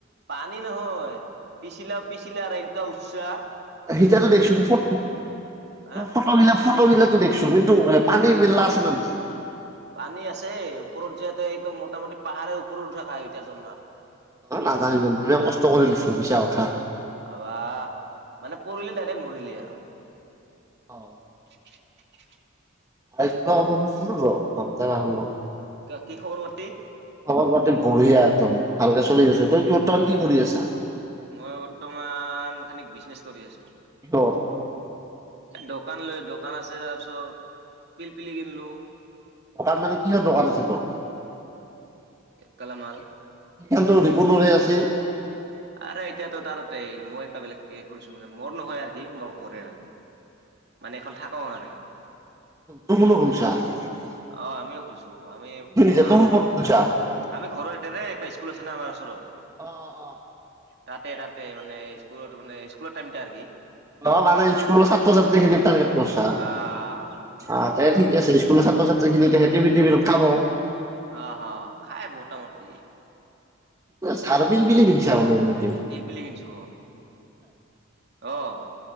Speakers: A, on the right; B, on the right.
A: পানী নহয় পিচিলাও পিচিলা আৰু এনকা উচসাহ
B: সিতাতো দেখছো ফটো-
A: হা
B: ফটো বিলাক ফটো বিলাকো দিখচু তুমিটো এ পানী
A: অ
B: মিলা আছিল নে নাই।
A: পানী আছে ওপৰত যোৱাতে একদম মোটামুটি পাহাৰে ওপৰত উঠা খা এতিয়া যা ন।
B: অ নাজানিল বিৰাত কষ্ট কৰিছিলো মিছা উঠা।
A: বাহ মানে পৰিলে ডাইৰেক্ট মৰিলি আৰু।
B: অ।
A: <unintelligible>
B: ভয় কিছিলো ৰ মমতা গাহো
A: ক কি খবৰ পাতি?
B: খবৰ পাতি বঢ়িয়া একদম ভালকে চলি আচো, তই বৰ্তমান কি কৰি আছা?
A: মই বৰ্তমান খানিক বিজনেচ কৰি আছো।
B: অ
A: দোকান লৈ দোকান আছে তাৰপিছত, পিলপিলি কিনলো।
B: দোকান মানে কিহৰ দোকান আছে তোৰ?
A: কালামাল
B: সেইখানটো ৰিপুণৰহে আছিল।
A: আৰে এতিয়াটো তাৰতে মই এটা বেলেগকে খুলিছো মানে মোৰ নহয় আৰ কি মোৰ ঘৰে আৰু মানে এখন থাকও আৰ।
B: তো কোনো হুনচা <unintelligible>
A: অ আমিও খুলছো টু-আমি দোকান
B: জেতুম
A: আছে,
B: ক'ত খুলছা?
A: আমি ঘৰৰ এতে দে হাইস্কুল আছে ন আমাৰ ওচৰত
B: অ -অ -অ
A: তাতে তাতে মানে স্কুলৰ মানে স্কুলৰ টাইমটো আৰ কি
B: অ মানে স্কুলৰ ছাত্ৰ ছাত্ৰীখিনিক টাৰ্গেট কৰছা,
A: আহ
B: আ। এ ঠিকে আছে স্কুলৰ ছাত্ৰ ছাত্ৰীখিনি হেটি টিফিনত খাব
A: অ-হ' খায় মোটামুটি।
B: চাৰ পিল বিল বুলি কিনচা বোলে <unintelligible>
A: পিলপিলি কিনচো অহ <inaudible>